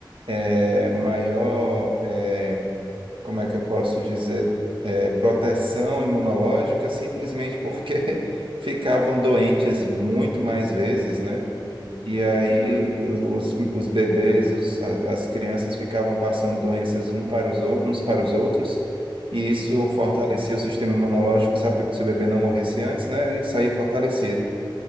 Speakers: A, on the right; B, on the left.
A: é, maior, é, como é que eu posso dizer, é, proteção imunológica, simplesmente porque <laughs> ficavam doentes muito mais vezes, né?
B: uhum,
A: E aí
B: uhum,
A: os, os bebês, os- a- as crianças ficavam passando doenças um para os, ou- uns para os outros, e isso fortalecia
B: uhum.
A: o sistema imunológico, sabe, se o bebê não morresse antes, né? Ele saía fortalecido.